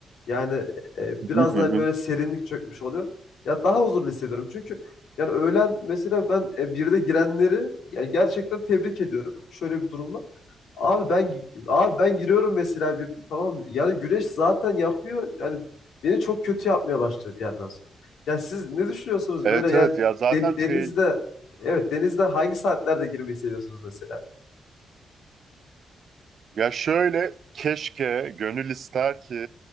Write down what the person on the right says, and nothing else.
Hı hı
hı.
Evet
evet ya zaten
te-
ya şöyle keşke gönül ister ki